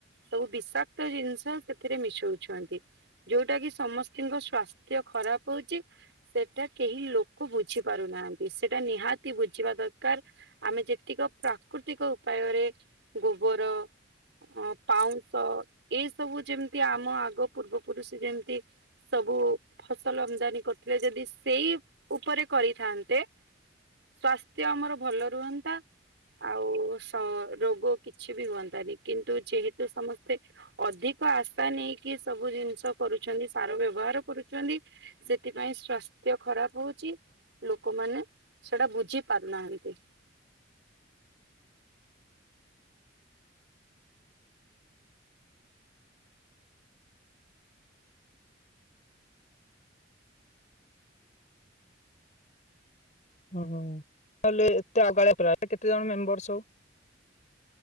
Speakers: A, on the right; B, on the left.
A: ସବୁ ବିଷା ତ ଜିନିଷ ସେଥିରେ ମିଶଉଛନ୍ତି। ଯୋଉଟା କି ସମସ୍ତଙ୍କ ସ୍ଵାସ୍ଥ୍ୟ ଖରାପ ହଉଛି। ସେଟା କେହି ଲୋକ ବୁଝି ପାରୁନାହାନ୍ତି ସେଟା ନିହାତି ବୁଝିବା ଦରକାର। ଆମେ ଯେତିକ ପ୍ରାକୃତିକ ଉପାୟରେ ଗୋବର। ଅ ପାଉଁଶ ଏଇ ସବୁ ଯେମିତି ଆମ ଆଗ ପୂର୍ବ ପୁରୁଷ ଯେମିତି ସବୁ ଫସଲ ଅମଦାନୀ କରୁଥିଲେ ଯଦି ସେଇ ଉପରେ କରିଥାନ୍ତେ। ସ୍ଵାସ୍ଥ୍ୟ ଆମର ଭଲ ରୁହନ୍ତା। ଆଉ ସ ରୋଗ କିଛି ବି ହୁଅନ୍ତାନି କିନ୍ତୁ ଯେହେତୁ ସମସ୍ତେ ଅଧିକ ଆଶା ନେଇକି ସବୁ ଜିନିଷ କରୁଛନ୍ତି ସାର ବ୍ୟବହାର କରୁଚନ୍ତି। ସେଥିପାଇଁ ସ୍ଵାସ୍ଥ୍ୟ ଖରାପ ହଉଛି। ଲୋକମାନେ ସେଟା ବୁଝି ପାରୁନାହାନ୍ତି।
B: ହୁଁ ହୁଁ କଲେ ଏତେ ଅଗାଳିଆ ପିଲା କେତେ ଜଣ ମେମ୍ବର ସବୁ।